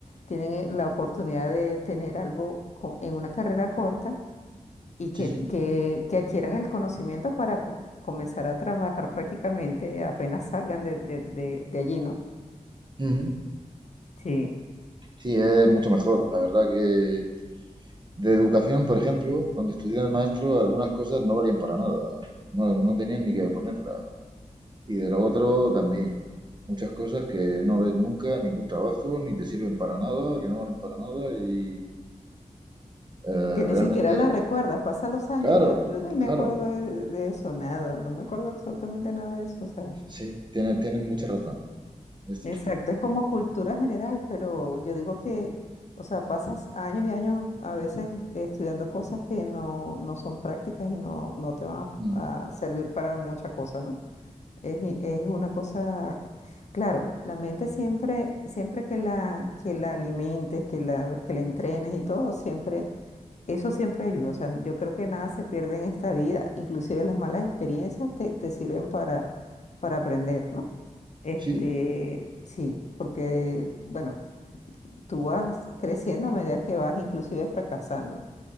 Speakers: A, on the left; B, on the right.
A: tienen eh, la oportunidad de tener algo co- en una carrera corta y
B: Sí,
A: que,
B: sí.
A: que, que adquieran el conocimiento para co- comenzar a trabajar prácticamente apenas salgan de, de, de, de allí, ¿no?
B: Ujú.
A: Sí,
B: Sí, es mucho mejor. La verdad que De educación, por ejemplo, cuando estudié de maestro, algunas cosas no valían para nada. No, no tenían ni que ponerlas. Y de lo otro también. Muchas cosas que no ves nunca en ningún trabajo, ni te sirven para nada, que no valen para nada. Y eh,
A: que ni
B: realmente,
A: siquiera la recuerdas, pasan los años
B: claro,
A: y yo, yo no me
B: claro.
A: acuerdo de, de- de eso, nada, no me acuerdo absolutamente nada de eso, o sea,
B: Sí, tienes tiene mucha razón. Es cierto.
A: exacto, es como cultura general, pero yo digo que, o sea, pasas años y años a veces estudiando cosas que no, no son prácticas y no, no te van a, fu-
B: Mm,
A: a servir para mucha cosa, ¿no? Es, i- es una cosa, claro, la mente siempre, siempre que la, que la alimentes, que la, que la entrenes y todo, siempre Eso siempre ayuda, o sea, yo creo que nada se pierde en esta vida, inclusive las malas experiencias te, te sirven para, para aprender, ¿no? Este,
B: Sí.
A: sí, porque, bueno, tú vas creciendo a medida que vas inclusive fracasando.